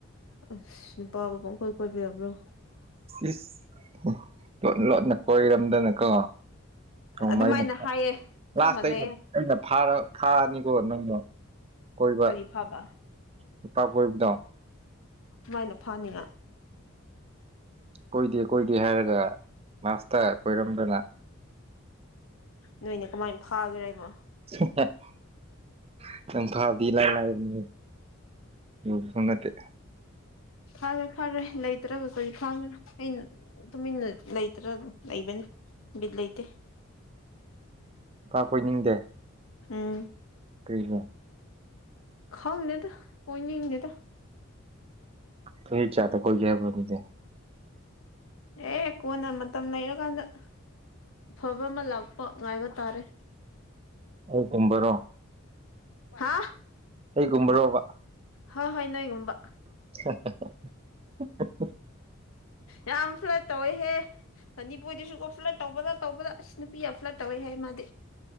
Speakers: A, on the left (about 75°); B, on the right (about 30°).
A: ꯑꯁ ꯅꯨꯄꯥ ꯃ ꯄꯪ ꯀꯣꯏ ꯀꯣꯏꯕꯤꯕ꯭ꯔꯣ
B: ꯏꯁ ꯂꯣꯠ ꯂꯣꯠꯅ ꯀꯣꯏꯔꯝꯗꯅꯀꯣ
A: ꯑꯗꯨꯃꯥꯏꯅ
B: ꯃ ꯑꯩꯅ
A: ꯍꯥꯏꯌꯦ ꯆꯞ
B: ꯂꯥꯁꯇ
A: ꯃꯥꯟꯅꯩꯌꯦ
B: ꯑꯩꯅ ꯑꯩꯅ ꯐꯥꯔꯅꯤꯀꯣ ꯅꯪꯅ ꯀꯣꯏꯕ
A: ꯀꯔꯤ ꯐꯥꯕ
B: ꯅꯨꯄꯥꯛ ꯀꯣꯏꯕꯗꯣ
A: ꯁꯨꯃꯥꯏꯅ ꯐꯅꯤꯉ
B: ꯀꯣꯏꯗꯦ ꯀꯣꯏꯗꯦ ꯍꯥꯏꯔꯒ ꯂꯁꯇ ꯀꯣꯏꯔꯝꯗꯅ
A: ꯅꯣꯏꯅ ꯀꯃꯥꯏꯅ ꯐꯥꯈ꯭ꯔꯦꯕꯣ
B: <unintelligible> ꯈꯤꯇꯪ ꯐꯥꯕꯗꯤ ꯂꯥꯏ ꯂꯥꯏꯕꯅꯤ ꯑꯗꯨꯁꯨ ꯅꯠꯇꯦ
A: ꯐꯥꯔꯦ ꯐꯥꯔꯦ ꯂꯩꯇ꯭ꯔꯒ ꯀꯔꯤ ꯐꯥꯈ꯭ꯔꯥ ꯑꯩꯅ ꯇꯨꯃꯤꯟꯅ ꯂꯩꯇ꯭ꯔꯥ ꯂꯩꯕꯅꯤ ꯜꯩꯗꯤ
B: ꯏꯀꯥ ꯀꯣꯏꯅꯤꯡꯗꯦ
A: ꯎꯝ
B: ꯀꯩꯗ
A: ꯈꯥꯎꯗꯦꯗ ꯀꯣꯏꯅꯗꯦꯗ
B: ꯊ ꯏ ꯆꯥꯇ ꯀꯣꯏ ꯀꯦꯕꯗꯦ
A: ꯑꯦ ꯀꯣꯟꯅ ꯃꯇꯝ ꯂꯩꯔꯀꯥꯟꯗ ꯑꯐꯕ ꯑꯃ ꯂꯥꯛꯄ ꯉꯥꯏꯕ ꯇꯥꯔꯦ
B: ꯑ ꯇꯝꯕꯔꯣ
A: ꯍꯥ
B: ꯀꯨꯝꯕꯔꯣꯕ
A: ꯍ ꯍꯣꯏ ꯅꯣꯏꯒꯨꯝꯕ
B: <unintelligible>
A: ꯌꯥꯝ ꯐ꯭ꯂꯠ ꯇꯧꯋꯦꯍꯦ ꯐꯅꯤꯄꯨꯔꯗꯨꯁꯨꯀꯣ ꯐ꯭ꯂꯠ ꯇꯧꯕ ꯅ ꯇꯧꯕꯗ ꯑꯁ ꯅꯨꯄꯤ ꯌꯥꯝ ꯐ꯭ꯂꯠ ꯇꯧꯋꯦ ꯍꯥꯏ ꯃꯥꯗꯤ